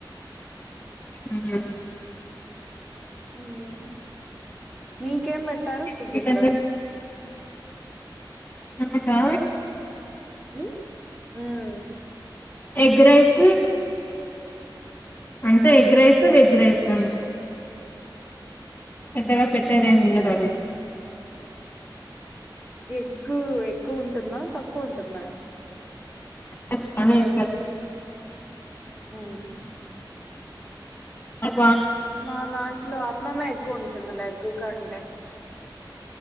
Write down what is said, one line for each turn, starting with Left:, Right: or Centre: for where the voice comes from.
Left: హూమ్
Centre: హుమ్ మీకేం పెట్టారు ఫుడ్డు
Left: ఇది
Centre: ఇప్పుడు
Left: పెద్దది మనకా
Centre: హు హుమ్
Left: ఎగ్ రైస్ అంటే egg
Centre: um
Left: rice veg rice ఉ పెద్దగా పెట్టదేం
Centre: ఉమ్.
Left: ఉండదు ఆళ్లు
Centre: ఎగ్గు ఎక్కువ ఉంటుందా తక్కువ ఉంటుందా
Left: ఎగ్ బానే యేసారు
Centre: హూమ్
Left: హూ అ
Centre: మా దాంట్లో అన్నమే ఎక్కువ ఉంటుంది లే ఎగ్గు కంటే